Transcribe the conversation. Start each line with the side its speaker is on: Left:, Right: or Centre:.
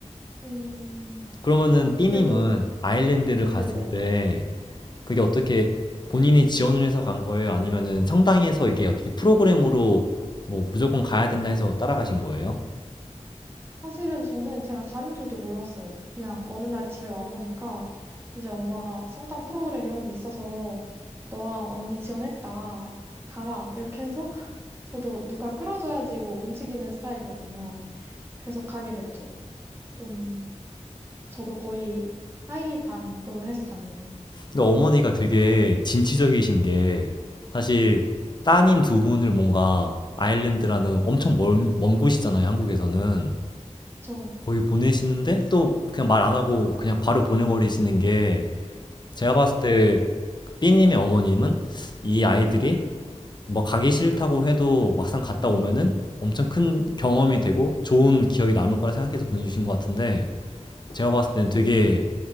Right: 음,
Left: 그러면은 삐님은
Right: 그래도
Left: 아일랜드를 갔을
Right: 네네.
Left: 때 그게 어떻게 본인이 지원을 해서 간 거예요? 아니면은 성당에서 이게 어떻게 프로그램으로 뭐 무조건 가야 된다 해서 따라가신 거예요?
Right: 사실은 저는 제가 가는 줄도 몰랐어요. 그냥 어느 날 집에 와보니까 이제 엄마가 성당 프로그램 이런 게 있어서 너랑 언니 지원했다. 가라. 이렇게 해서 저도 누가 끌어줘야지 뭐 움직이는 스타일이거든요. 그래서 가게 됐죠. 좀 저도 거의 하이 반으로 해서 갔네요.
Left: 근데 어머니가 되게 진취적이신 게 사실 따님 두 분을 뭔가 아일랜드라는 엄청 먼, 먼 곳이잖아요, 한국에서는.
Right: 그쵸.
Left: 거기 보내시는데 또 그냥 말 안 하고 그냥 바로 보내버리시는 게 제가 봤을 때 B님의 어머님은 이 아이들이 뭐 가기 싫다고 해도 막상 갔다 오면은 엄청 큰 경험이 되고 좋은 기억이 남을 거라 생각해서 보내주신 것 같은데 제가 봤을 땐 되게